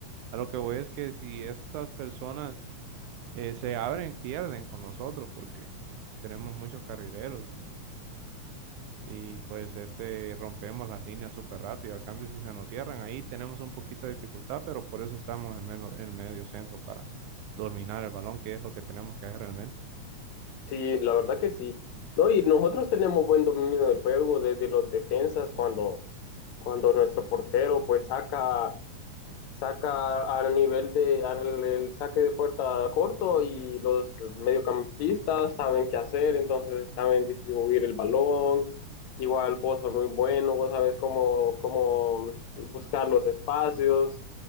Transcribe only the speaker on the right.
A lo que voy es que si estas personas eh, se abren, pierden con nosotros porque tenemos muchos carrileros y, y pues este rompemos las líneas súper rápido. A cambio, si se nos cierran, ahí tenemos un poquito de dificultad, pero por eso estamos en, menos, en medio centro para dominar el balón, que es lo que tenemos que hacer realmente.